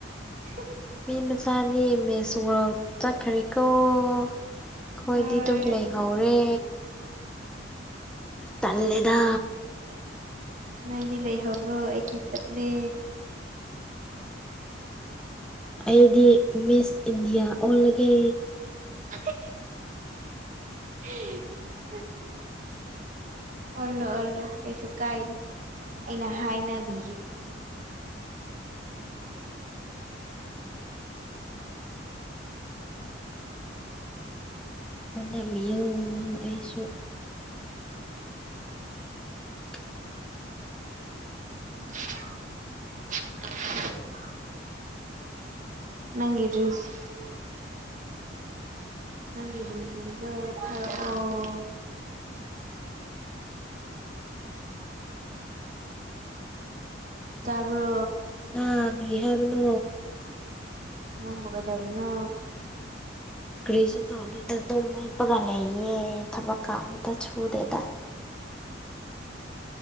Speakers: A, on the right; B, in the centre.
A: <unintelligible>
B: ꯃꯤ ꯃꯆꯥꯗꯤ ꯃꯤꯁ ꯋꯥ꯭ꯔꯜ ꯆꯠꯈ꯭ꯔꯦꯀꯣ ꯑꯩꯈꯣꯏꯗꯤ
A: ꯍꯣꯏ
B: ꯑꯗꯨꯝ ꯂꯩꯍꯧꯔꯦ ꯇꯜꯂꯦꯗ
A: ꯅꯣꯏꯗꯤ ꯂꯩꯍꯧꯔꯣ ꯑꯩꯗꯤ ꯆꯠꯂꯦ
B: ꯑꯩꯗꯤ ꯃꯤꯁ ꯏꯟꯗꯤꯌꯥ ꯑꯣꯜꯂꯒꯦ
A: <unintelligible> <unintelligible> ꯑꯣꯜꯂꯣ ꯑꯣꯜꯂꯣ ꯀꯩꯁꯨ ꯀꯥꯏꯗꯦ ꯑꯩꯅ ꯍꯥꯏꯅꯕꯤꯒꯦ
B: ꯑꯣꯜꯂꯝꯕꯤꯌꯣ ꯑꯩꯁꯨ <unintelligible> <inaudible>
A: <unintelligible> <inaudible> ꯅꯪꯒꯤ ꯔꯤꯜꯁ ꯅꯪꯒꯤ ꯔꯤꯜꯁ ꯁꯤꯡꯗꯣ ꯊꯥꯔꯛꯑꯣ ꯇꯥꯕ꯭ꯔꯣ
B: ꯍꯥ ꯀꯔꯤ ꯍꯥꯏꯕꯅꯣ
A: ꯅꯪꯕꯨ ꯀꯩꯗꯧꯔꯤꯅꯣ
B: ꯀ꯭ꯔꯤꯁꯨ ꯇꯧꯗꯦꯗ ꯑꯗꯨꯝ ꯍꯤꯞꯄꯒ ꯂꯩꯌꯦ ꯊꯕꯛꯀ ꯑꯝꯇ ꯁꯨꯗꯦꯗ